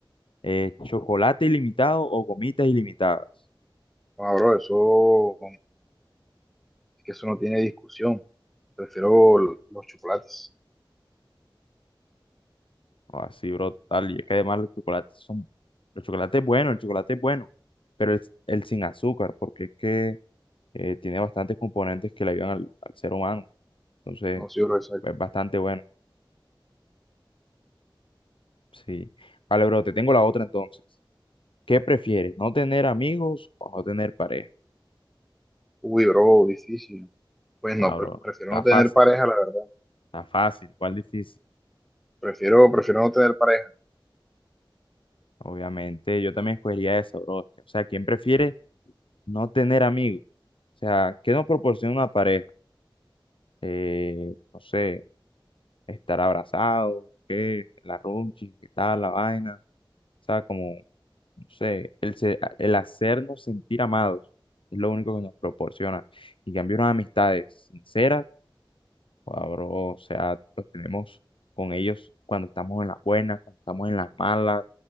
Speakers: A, on the left (about 75°); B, in the centre.
A: Eh, ¿chocolate ilimitado o gomitas ilimitadas?
B: No, bro, eso, es que eso no tiene discusión. Prefiero l- los chocolates.
A: Así, bro, total. Y es que además los chocolates son, los chocolates bueno el chocolate es bueno, pero el, el sin azúcar, porque es que eh, tiene bastantes componentes que le ayudan al, al ser humano. Entonces,
B: No, sí, bro, eso es-
A: es bastante bueno. Sí. Vale, bro, te tengo la otra entonces. ¿Qué prefieres? ¿No tener amigos o no tener pareja?
B: uy, bro, difícil. Pues
A: Ah,
B: no, pre-
A: bro,
B: prefiero
A: está
B: no
A: fácil,
B: tener pareja, la verdad.
A: está fácil, ¿cuál difícil?
B: Prefiero, prefiero no tener pareja.
A: Obviamente, yo también escogería eso, bro. O sea, ¿quién prefiere no tener amigos? O sea, ¿qué nos proporciona una pareja? Eh, no sé, estar abrazado, ¿qué? La runchi, ¿qué tal? La vaina. O sea, como, no sé, el, se- el hacernos sentir amados es lo único que nos proporciona. Y en cambio, unas amistades sinceras Joda, bro, o sea, los tenemos con ellos cuando estamos en las buenas, cuando estamos en las malas,